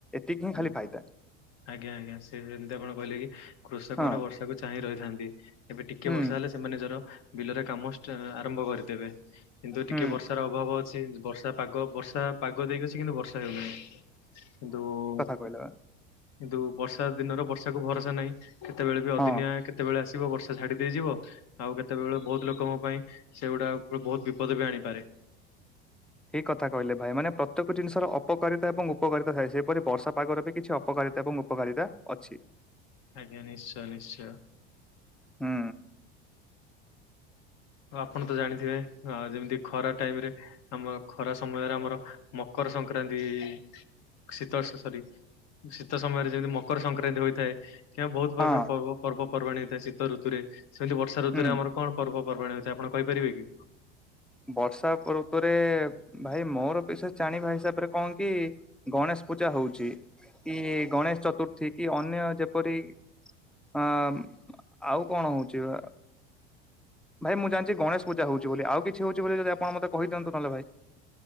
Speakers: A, in the centre; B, on the left.
A: ଟିକନିକ ଖାଲି
B: ନା,
A: ଫାଇଦା।
B: ଆଜ୍ଞା ଆଜ୍ଞା ସେ ଯେମିତି ଆପଣ କହିଲେ କି କୃଷକ
A: ହଁ
B: ମାନେ ବର୍ଷାକୁ ଚାହିଁ ରହିଥାନ୍ତି। ଏବେ ଟିକେ
A: ହୁଁ
B: ବର୍ଷା ତାହେଲେ ସେମାନେ ନିଜର ବିଲରେ କାମ ଷ୍ଟା ଆରମ୍ଭ କରିଦେବେ। କିନ୍ତୁ ଟିକିଏ
A: ହୁଁ
B: ବର୍ଷାର ଅଭାବ ଅଛି, ବର୍ଷା ପାଗ ବର୍ଷା ପାଗ ଦେଇକି ଅଛି କିନ୍ତୁ ବର୍ଷା ହେଉନାହିଁ କିନ୍ତୁ-ଉ-ଉ
A: କହିଲାବା
B: କିନ୍ତୁ ବର୍ଷା ଦିନର ବର୍ଷାକୁ ଭରସା ନାହିଁ। କେତେବେଳେ ବି ଅଦିନିଆ
A: ହଁ।
B: କେତେବେଳେ ଆସେ ଆସିବ ବର୍ଷା ଝାଡି ଦେଇଯିବ, ଆଉ କେତେବେଳ ବହୁତ ଲୋକଙ୍କ ପାଇଁ ସେଗୁଡା ପୁରା ବହୁତ ବିପଦ ବି ଆଣିପାରେ। <inaudible>
A: ଠିକ କଥା କହିଲେ ଭାଇ ମାନେ। ପ୍ରତ୍ୟେକ ଜିନିଷର ଅପକାରିତା ଏବଂ ଉପକାରିତା ଥାଏ। ସେହିପରି ବର୍ଷା ପାଗରେ ବି କିଛି ଅପକାର ରିତା ଏବଂ ଉପକାରିତା ଅଛି।
B: ଆଜ୍ଞା ନିଶ୍ଚୟ ନିଶ୍ଚୟ।
A: ହୁଁ
B: ଆପଣ ତ ଜାଣିଥିବେ ଆ ଯେମିତି ଖରା ଟାଇମରେ ଆମ ଖରା ସମୟରେ ଆମର ମକ ମକର ସଂକ୍ରାନ୍ତି-ଇ-ଇ-ଇ ଶୀତଳ ସ-ସ ସରି ଶୀତ ସମୟରେ ଯେମିତି ମକର ସଂକ୍ରାନ୍ତି ହୋଇଥାଏ। କିଆ ବହୁତ ପ୍ରକାର
A: ହଁ
B: ପର୍ବ ପର୍ବ ପର୍ବାଣି ହୋଇଥାଏ ଶୀତଋତୁରେ। ସେମିତି ବର୍ଷାଋତୁରେ
A: ହୁଁ
B: ଆମର କଣ ପର୍ବ ପର୍ବାଣି ଅଛି ଆପଣ କହିପାରିବେ କି?
A: ବର୍ଷା ଋତୁରେ-ଏ-ଏ-ଏ ଭାଇ ମୋର ବିଶେଷ ଜାଣିବା ହିସାବରେ କଣ କି-ଇ-ଇ-ଇ ଗଣେଶ ପୂଜା ହଉଛି କି-ଇ-ଇ-ଇ ଗଣେଶ ଚତୁର୍ଥୀ କି ଅନ୍ୟ ଯେପରି ଅ-ଅ-ଅ-ଅମ୍ ଆଉ କଣ ହଉଛି ଆ-ଆ ଭାଇ ମୁଁ ଜାଣିଛି ଗଣେଶ ପୂଜା ହଉଛି ବୋଲି। ଆଉ କିଛି ହଉଛି ବୋଲି ଯଦି ଆପଣ ମତେ କହିଦିଅନ୍ତୁ ନହେଲେ ଭାଇ।